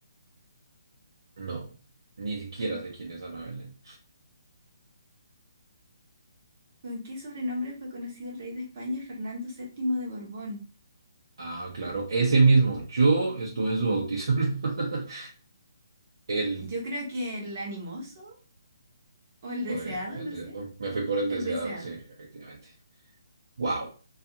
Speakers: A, on the right (about 65°); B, on the right (about 30°).
A: no, ni siquiera sé quién es Ana Belén.
B: ¿Con qué sobrenombre fue conocido el rey de España Fernando VII de Borbón?
A: Ah, claro, ese mismo. Yo estuve en su bautizo. <laughs> El,
B: Yo creo que el animoso o el deseado,
A: joder, el
B: no
A: de-
B: sé,
A: oh, me fui por el deseado,
B: el deseado.
A: sí, efectivamente. Wow,